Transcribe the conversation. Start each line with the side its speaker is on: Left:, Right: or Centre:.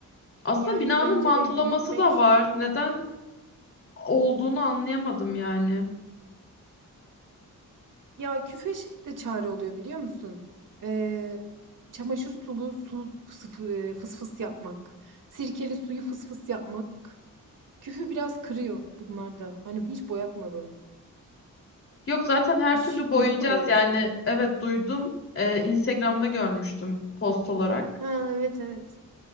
Left: Aslında
Right: yani
Left: binanın
Right: pencereyi
Left: mantolaması
Right: büyütmek
Left: da var. Neden olduğunu anlayamadım yani.
Right: ya küfe şey de çare oluyor biliyor musun? Ee, çamaşır sulu su sıfı- e, fısfıs yapmak. Sirkeli suyu fısfıs yapmak. Küfü biraz kırıyor bunlar da. Hani hiç boyatmadan.
Left: Yok zaten her
Right: Hiç
Left: türlü boyayacağız
Right: duydun mu böyle
Left: yani.
Right: bir şey?
Left: Evet duydum. Ee, Instagram'da görmüştüm post olarak.
Right: Ha evet evet.